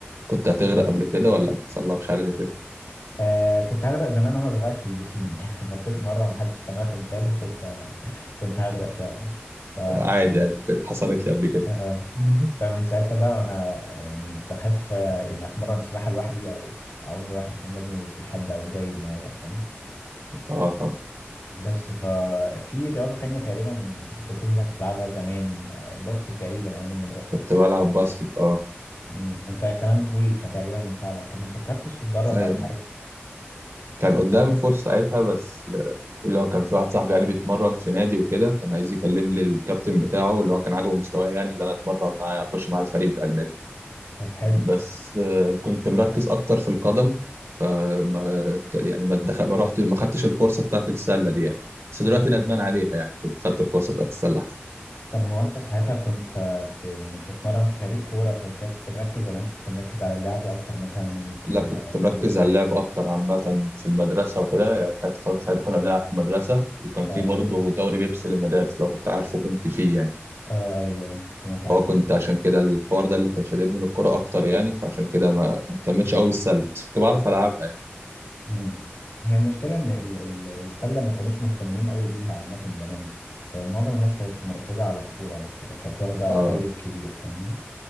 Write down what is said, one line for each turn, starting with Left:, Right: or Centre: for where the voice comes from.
Right: كنت هتغرق قبل كده ولا ما حصلكش حاجه زي كده
Left: آه كنت هغرق زمان وانا صغير في البسين <laughs> نطيت مره محدش كان واخد باله فكنت هغرق فعلا ف...
Right: عادي يعني كده- حصلت لي قبل كده
Left: آه.
Right: <laughs>
Left: فمن ساعتها بقى وانا يعني بخاف آه، يعني اتمرن سباحه لوحدي او اعوم لوحدي فاهم لازم يبقى في حد او جايد معايا فاهم
Right: اه طبعا
Left: بس ففي رياضه تانية تقريبا انت كنت قلت لي انك بتلعبها زمان آه، باسكت تقريبا ايام المدرسه
Right: كنت بلعب باسكت اه
Left: مم. انت كمان طويل فتقريبا مساعده طب ما فكرتش تتدرب
Right: ايوه
Left: او حاجه
Right: كان قدامي فرصة ساعتها بس آه، اللي هو كان في واحد صاحبي يعني بيتمرن في نادي وكده كان عايز يكلم لي الكابتن بتاعه اللي هو كان عاجبه مستواي يعني اللي انا اتمرن معاه اخش مع الفريق بتاع النادي
Left: طب حلو
Right: بس آه، كنت مركز اكتر في القدم آه، ما ك- يعني ما اتدخل ما رحت ما خدتش الفرصة بتاعت السلة دي يعني بس دلوقتي
Left: آه.
Right: ندمان عليها يعني كنت خدت الفرصة بتاعت السلة احسن
Left: طب هو انت ساعتها كنت آه، ب- يعني بتتمرن في فريق كورة فعشان كده كنت مركز ولا انت كنت مركز على اللعب اكتر مثلا في
Right: لا كنت
Left: الحجوزات
Right: مركز على اللعب اكتر عامة في المدرسة وكده يعني ساعة فترة ساعتها كنا بنلعب في المدرسة وكان في
Left: اه
Right: برضه دوري بيبسي للمدارس لو كنت عارفه كنت فيه يعني
Left: اه ايوه آه، سمعت عنه
Right: اه كنت عشان كده الحوار ده اللي كان شددني للكرة اكتر يعني فعشان كده ما ما اهتمتش قوي بالسله بس كنت بعرف العبها يعني
Left: امم هي المشكلة ان ال- ال- السلة ما كانوش مهتمين قوي بيها عامة زمان فمعظم الناس كانت مركزة على الكورة فكانت واخدة
Right: اه
Left: هايب كبير فاهمني